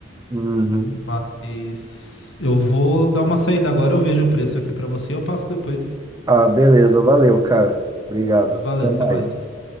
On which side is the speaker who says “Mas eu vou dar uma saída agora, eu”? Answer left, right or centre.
Left